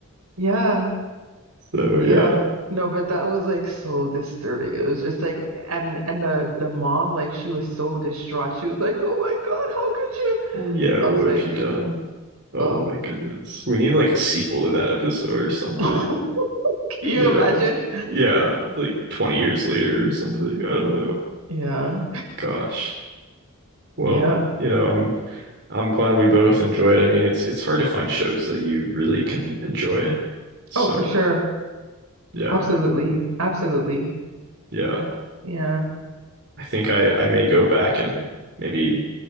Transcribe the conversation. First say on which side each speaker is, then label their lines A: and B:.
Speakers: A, on the right; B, on the right.
A: yeah,
B: So
A: yeah.
B: yeah.
A: No, but that was like so disturbing. It was just like, and and the the mom, like she was so distraught. She was like, "Oh my God, how could you?"
B: Well, yeah,
A: I
B: what
A: was like,
B: have you done? Oh
A: "Oh,
B: my goodness. We need like a sequel to that episode or something,
A: <laughs> can you
B: you
A: imagine?"
B: know. Yeah, like 20 years later or something. I don't know.
A: Yeah,
B: Gosh. Well,
A: yeah.
B: you know, I'm I'm glad we both enjoyed. I mean, it's it's hard to find shows that you really can enjoy. So,
A: Oh, for sure.
B: yeah.
A: Absolutely, absolutely.
B: Yeah.
A: Yeah.
B: I think I I may go back and maybe